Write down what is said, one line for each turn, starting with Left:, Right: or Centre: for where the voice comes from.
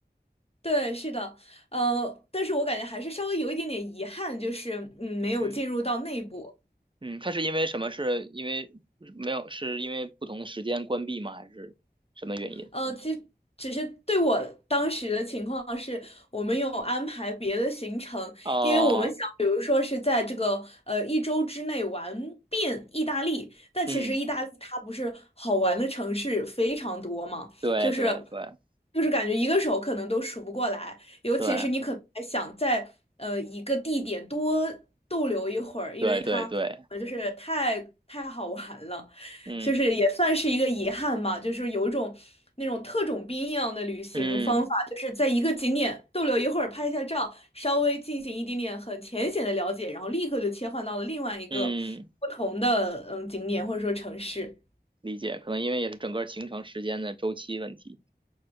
Left: 对，是的，呃，但是我感觉还是稍微有一点点遗憾，就是嗯，没有进入到内部。
Right: 嗯嗯，它是因为什么？是因为没有？是因为不同的时间关闭吗？还是什么原因？
Left: 呃，其实只是对我当时的情况是，我们有安排别的行程，
Right: 哦，
Left: 因为我们想，比如说是在这个呃一周之内玩遍意大利，但其实意大利它不是好玩的城市非常多嘛，
Right: 嗯，对对对
Left: 就是就是感觉一个手可能都数不过来，尤其是你可能还想在呃一个地点多逗留一会儿，
Right: 对
Left: 因为它呃就是太太好玩了。
Right: 对对对，嗯
Left: 就是也算是一个遗憾吧，就是有一种那种特种兵一样的旅行方法，
Right: 嗯。
Left: 就是在一个景点逗留一会儿，拍一下照，稍微进行一点点很浅显的了解，然后立刻就切换到了另外一个不同的嗯景点或者说城市。
Right: 嗯，理解，可能因为也是整个行程时间的周期问题。